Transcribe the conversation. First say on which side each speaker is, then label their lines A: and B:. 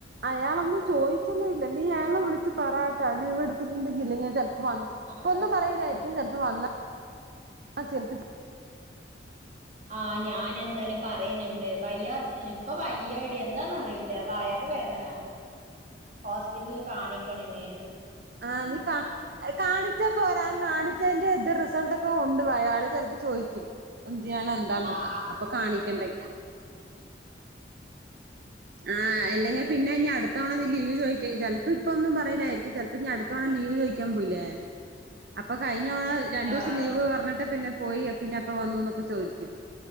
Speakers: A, on the right; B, on the right.
A: അയാളൊന്നും ചോയി ചൊന്നുല്ല നീ അയാൾണ വിളിച്ച് പറാട്ട ലീവ് എടുത്തിട്ടുണ്ടെങ്കിൽ ഇനി ചെലപ്പോ വന്ന്
B: ആഹ്
A: ഇപ്പൊന്നും പറയൂലായിരിക്കും ചെലപ്പോ വന്നാ ആ ചെൽപ്പ
B: ആഹ് ഞാൻ എന്തായാലും പറയുന്ന്‌ണ്ട് വയ്യ ഇപ്പൊ വയ്യാടി എന്താന്ന് അറിയില്ല വയർ വേദന ഹോസ്പിറ്റല്ല് കാണിക്കണിനി
A: ആ നീ കാ കാണിച്ച പോരാ കാണിച്ചതിന്റെ ഇത് റിസൾട്ടൊക്കെ ഒണ്ടോ അയാള് ചെലപ്പോ ചോയിക്കും എതിനാണ് എന്താന്നൊക്കെ
B: ആഹ്
A: അപ്പൊ കാണിക്കണ്ടെ ആ അല്ലെങ്കിൽ പിന്നെ ഇനി അടുത്തവണ നീ ലീവ് ചോയിക്കചാല് ചിലപ്പോ ഇപ്പൊന്നും പറയൂലായിരിക്കും ചെൽ അപ്പൊ ഇഞ്ഞട്ത്തവണ ലീവ് ചോയ്ക്കാൻ പോയില്ലേ അപ്പൊ കഴിഞ്ഞവണ രണ്ടൂസം
B: ആഹ്
A: ലീവ് പർഞ്ഞിട്ട് പിന്നെ പോയി പിന്നെ എപ്പൊ വന്നുന്നൊക്കെ ചോയിക്കും